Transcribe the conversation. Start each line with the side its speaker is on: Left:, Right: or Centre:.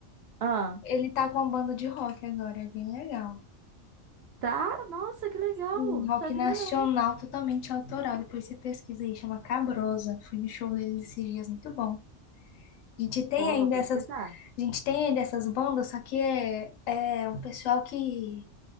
Right: Ah,
Left: Ele tá com uma banda de rock agora, é bem legal.
Right: tá? Nossa, que legal!
Left: Um rock
Right: Sabia
Left: nacional
Right: não.
Left: totalmente autoral. Depois você pesquisa aí, chama Cabrosa. Fui no show dele esses dias, muito bom. A gente tem
Right: Pô,
Left: ainda
Right: vou pesquisar.
Left: essas, a gente tem ainda essas bandas, só que é, é um pessoal que,